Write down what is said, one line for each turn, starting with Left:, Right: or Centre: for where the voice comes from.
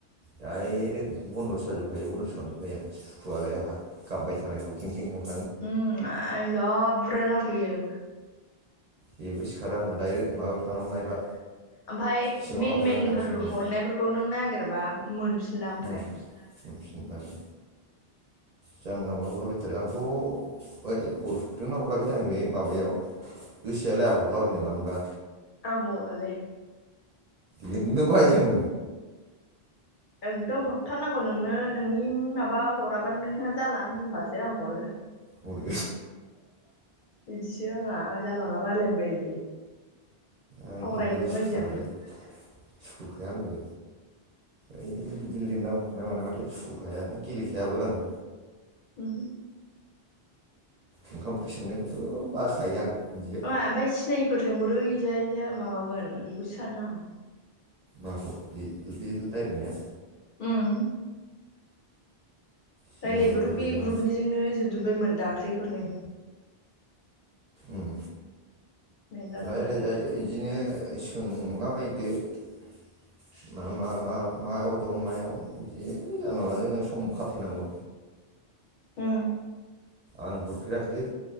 Right: डायरेक्ट बन्दसो जाजोब खायो बन्दसो खालामांजोबखायो आं सुखुवलाय आहा गाबबाय थानायखौ खें खें ख्रिंखां
Left: उम आय जा बुरजा जाफैयो
Right: जेबो सिखारा आंना डाइरेक्ट माबायाव थांनानै नायबा
Left: ओमफ्राय
Right: सिङाव
Left: मेन
Right: हाबनानै
Left: मेनफोर
Right: नायबासो नुयो
Left: हरनायफोरखौ नों नागिरबा मोनफिनला ओमफ्राय
Right: उम मोनफिनला उम जानला मोनला हरला बायथारो आंथ' है हरदोंना हराखै थाय आं बे माबायाव गोसोआलाय आं हरलाबायनो मानोबा
Left: आंबो हरालाय
Right: लिरनोनो बायो आङो
Left: एकदम हरथारनांगौ नोंनो नोंनि माबा हराबानो नोंहा जाला होनबासो आं हरो
Right: हरगोन
Left: बिदिसो आंहा आं जानला मोनला रायलायनो बायोलै
Right: आंबो
Left: सावरायनोनो
Right: सुखुथारालै
Left: बायो आं
Right: सुखुखाया आंबो ओइ बिदि लिरना हरनाय मानायाबाथाय सुखुखाया गेलेखायाबो आङो
Left: उमहो
Right: ओंखाम ओंख्रि संनायखौथ' बाखायो आं बिदियाव
Left: नङा ओमफाय सिनायिफोरजों बोरैजाय माबागोन बेखौसो सानो आं
Right: माखौ बे बे रायलायनाया
Left: उम
Right: सिनायैफोरजों
Left: रायलायोबाथ' बे ग्रुपनिजोंनो जोबजोब्बायमोन दाख्लैफोरनो
Right: उम
Left: मेरला दंखायोमोन
Right: रायलायजायो बिदिनो सोंलाबाय <unintelligible> मा मा मा मायाव दं मायाव बिदि जानला मानलाजोंनो सम खाथायनांगौ
Left: उम
Right: आं हरफेराखैलै